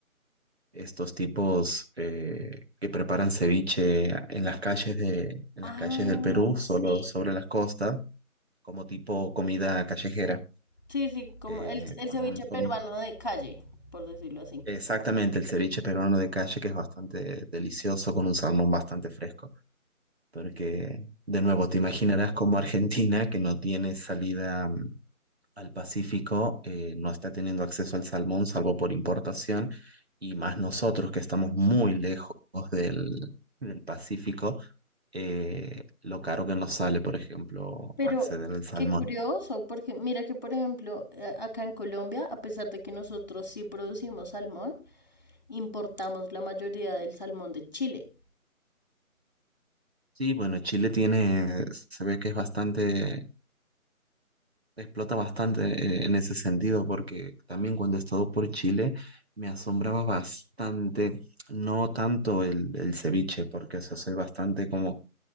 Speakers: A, on the right; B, on the left.
A: estos tipos eh, que preparan ceviche en las calles de, en las
B: Ah,
A: calles del Perú, solo
B: sí.
A: sobre las costas, como tipo comida callejera.
B: Sí, sí, como
A: eh,
B: el, el
A: con
B: ceviche
A: un- con
B: peruano
A: un-
B: de calle, por decirlo así.
A: exactamente el ceviche peruano de calle, que es bastante delicioso, con un salmón bastante fresco. Porque, de nuevo, te imaginarás como Argentina, que no tiene salida. al Pacífico eh, no está teniendo acceso al salmón salvo por importación y más nosotros que estamos muy lejos del, del Pacífico, eh, lo caro que nos sale, por ejemplo,
B: Pero
A: acceder al salmón.
B: qué curioso, porque mira que, por ejemplo, eh, acá en Colombia, a pesar de que nosotros sí producimos salmón, importamos la mayoría del salmón de Chile.
A: Sí, bueno, Chile tiene, se ve que es bastante, explota bastante eh, en ese sentido porque también cuando he estado por Chile me asombraba bastante. No tanto el, el ceviche, porque eso soy bastante como